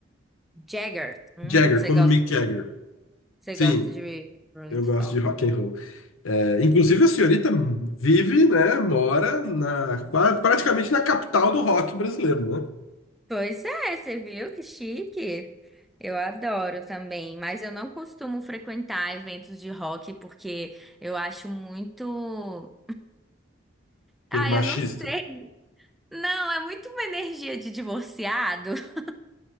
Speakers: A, in the centre; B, on the left.
A: Jagger. Hum,
B: Jagger,
A: você
B: como
A: gosta,
B: Mick Jagger.
A: você
B: Sim,
A: gosta de Rolling
B: eu
A: Stones.
B: gosto de rock and roll. É, inclusive a senhorita vive, né, mora na qua- praticamente na capital do rock brasileiro, né?
A: Pois é, você viu que chique? Eu adoro também, mas eu não costumo frequentar eventos de rock porque eu acho muito.
B: Que
A: Ai,
B: é machista.
A: eu não sei. Não, é muito uma energia de divorciado. <laughs>